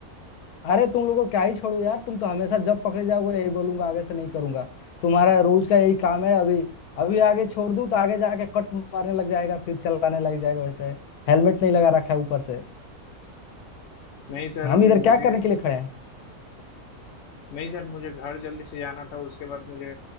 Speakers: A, on the left; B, on the left.
A: अरे तुम लोगों को क्या ही छोड़ू यार तुम तो हमेशा जब पकड़े जाओगे यही बोलूंगा आगे से नहीं करूंगा तुम्हारा रोज का यही काम है अभी अभी आगे छोड़ दूं तो आगे जाके कट मारने लग जाएगा फिर चलाने लग जाएगा वैसे हेलमेट नहीं लगा रखा है ऊपर से
B: नहीं सर
A: हम
B: अभी
A: इधर क्या
B: मुझे
A: करने के लिए खड़े हैं
B: नहीं सर मुझे घर जल्दी से जाना था उसके बाद मुझे